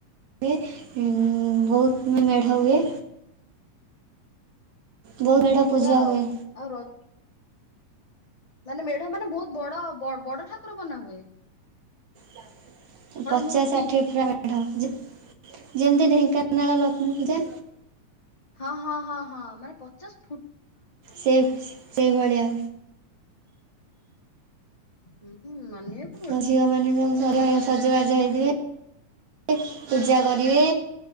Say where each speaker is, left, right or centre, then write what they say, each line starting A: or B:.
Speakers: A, on the right (about 60°); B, on the left (about 25°).
A: ହୁଏ ଉଁ ବହୁତ ବି ମେଢ ହୁଏ। ବହୁତ ମେଢ଼
B: ଯିବା
A: ପୂଜା
B: ଆଉ
A: ହୁଏ
B: ଆଉ ର ମାନେ ମେଢ ମାନେ ବହୁତ ବଡ ବଡ ଠାକୁର ବନାହୁୁଏ?
A: ହଁ ଲୁ <inaudible> ପଚାଶ
B: ମୂର୍ତ୍ତି
A: ଷାଠିଏ ପୁରା ମେଢ ଯି ଯେମିତି ଢେଙ୍କାନାଳ ଲକ୍ଷ୍ମୀ ପୂଜା।
B: ହଁ ହଁ ହଁ ହଁ ମାନେ ପଚାଶ ଫୁ
A: ସେଇ ସେଇଭଳିଆ
B: ହୁଁ ହୁଁ ମାନିବା
A: ଆ ଝିଅ ମାନେ ସବୁ ସଜବାଜ ହେଇଥିବେ ପୂଜା କରିବେ।